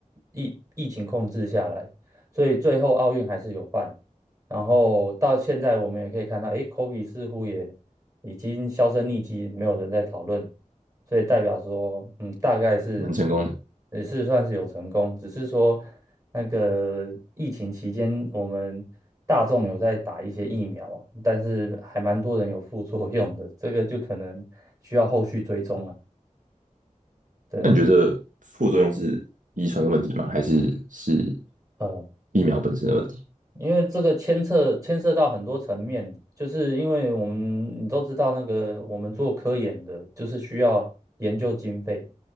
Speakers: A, on the right; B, on the right.
A: 疫疫情控制下来，所以最后奥运还是有办。然后到现在我们也可以看到，哎，k o b e 似乎也已经销声匿迹，没有人在讨论所以代表说，嗯，大概是
B: 蛮成功的。
A: 也是算是有成功，只是说那个疫情期间，我们大众有在打一些疫苗，但是还蛮多人有副作用的，这个就可能需要后续追踪了。对啊，
B: 那你觉得副作用是遗传的问题吗？还是是
A: 呃，
B: 疫苗本身的问题？
A: 因为这个牵涉牵涉到很多层面，就是因为我们你都知道，那个我们做科研的，就是需要研究经费。